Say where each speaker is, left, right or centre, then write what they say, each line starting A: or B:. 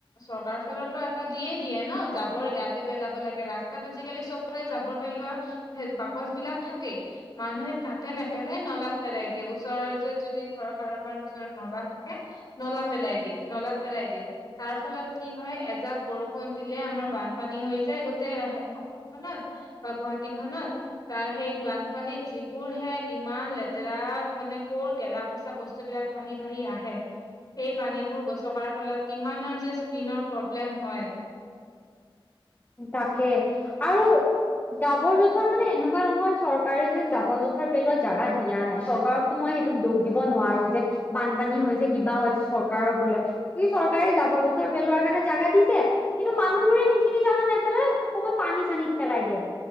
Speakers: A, on the left; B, on the left.
A: চৰকাৰৰ ফালৰ পৰা এটা দিয়েই দিয়ে ন যাবৰ ইয়াতে পেলাব লাগে। ৰাস্তাত আজিকালি চব ইফালে যাবৰ পেলোৱা বাকচ বিলাক থাকেই মানুহে তাতে নেপেলাই নলাত পেলাই দিয়ে। ওচৰ য যদি ঘৰৰ কাৰোবাৰ ওচৰত নলা থাকে। নলা পেলাই দিয়ে নলাত পেলাই দিয়ে। তাৰ ফলত কি হয় এজাক বৰষুণ দিলে আমাৰ বানপানী হৈ যায়। গোটেই খনত বা গুৱাহাটী খনতত তাৰ সেই বানপানীত যিবোৰ হে। ইমান লেতেৰা মানে কৰ গেলা পচা বস্ত বিলাক ভাহি ভাহি আহে। সেই পানীবোৰ গচকাৰ ফলত কিমানৰ যে স্কীনৰ প্ৰব্লেম হয়।
B: তাকে আৰু জাবৰ-জোঁথৰ মানে এনেকুৱা নহয়। চৰকাৰে যে জাবৰ-জোঁথৰ পেলোৱা জেগা দিয়া নাই। চৰকাৰক ত মই সেইটোত দোষ দিব নোৱাৰো যে বানপানী হৈছে কিবা হৈছে। চৰকাৰৰ ভুলে যি চৰকাৰে যাবৰ জোথৰ পেলোৱাৰ কাৰণে জাগা দিছে কিন্তু মানুহবোৰে সেইখিনি জাগাত নেপেলাই ক'বা পানী চানীত পেলাই দিয়ে।